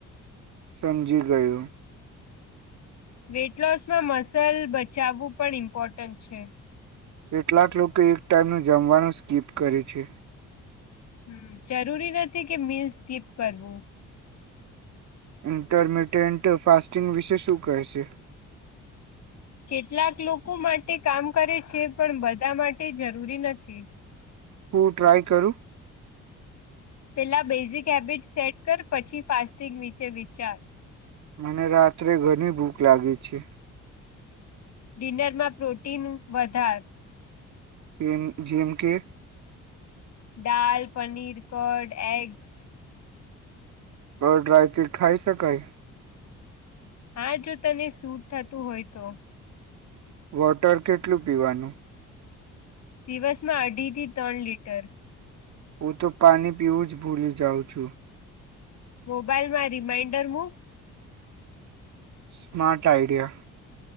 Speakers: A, on the right; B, on the left.
A: સમજી ગયું.
B: વેઇટ લોસમાં મસલ બચાવવું પણ ઇમ્પોર્ટન્ટ છે.
A: કેટલાક લોકો એક ટાઈમનું જમવાનું સ્કીપ કરે છે.
B: હમ જરૂરી નથી કે મિલ સ્કીપ કરવું
A: ઇન્ટરમીડિયન્ટ ફાસ્ટિંગ વિશે શું કહે છે.
B: કેટલાક લોકો માટે કામ કરે છે પણ બધા માટે જરૂરી નથી
A: હું ટ્રાય કરું
B: પેલા બેઝિક હેબિટ સેટ કર પછી ફાસ્ટિંગ વિશે વિચાર
A: મને રાત્રે ઘણી ભૂખ લાગી છે.
B: ડિનર માં પ્રોટીન વધાર
A: એ એમ જીએમ કે
B: દાલ પનીર કરડ એગ્સ
A: કડ્રાય તે ખાઈ શકાય
B: હા જો તને સટ થતું હોય તો
A: વોટર કેટલું પીવાનુ
B: દિવસ માં અઢી થી ત્રણ લીટર
A: હું તો પાણી પીવું જ ભૂલી જાઉં છુ.
B: મોબાઈલ માં રિમાઈન્ડર મૂક
A: સ્માાર્ટ આઈડિયા